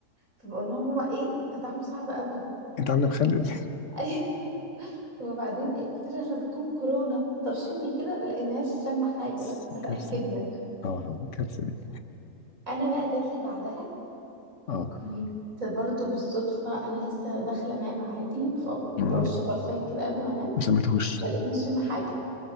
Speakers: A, on the right; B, on the left.
A: فبقول لها ماما ايه ده طعمه صعب قوي
B: انت عامله مخلل
A: <laughs> وبعدين ايه قلت لها لا تكون كورونا طب شمي كده لقيناهاش شم حاجه
B: <laughs>
A: بقى <laughs> فتاكدنا
B: كارثه اه آه، كارثه دي
A: انا بقى جات لي بعدها
B: اه
A: كنت برضه بالصدفه انا لسه داخله انام عادي فبرش
B: مم.
A: برفان كده قبل ما انام
B: ما سميتهوش
A: ما لقيتنيش شم حاجه